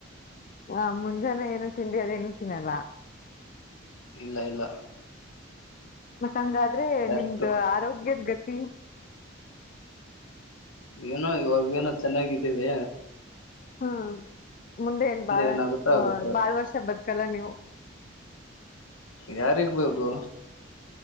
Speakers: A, on the left; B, on the left.
A: ಹಾ ಮುಂಜಾನೆ ಏನು ತಿಂಡಿ ಅದ ಏನೂ ತಿನ್ನಲ್ಲ
B: ಇಲ್ಲ ಇಲ್ಲ
A: ಹಂಗಾ ಆದ್ರೆ
B: ಡೈರೆಕ್ಟ್
A: ನಿಮದು ಆರೋಗ್ಯದ ಗತಿ ಹ
B: ಏನೋ ಇವಾಗ ಏನೋ ಚೆನ್ನಾಗಿ ಇದೀವಿ
A: ಹಾ ಮುಂದೆ ಏನ್ ಬಾಳ
B: ಏನಾಗುತ್ತೋ ಆಗುತ್ತೋ
A: ಬಾಳ್ ವರ್ಷ ಬದಕ್ ಚೋಲ ನೀವು
B: ಯಾರಿಗೆಬೇಕು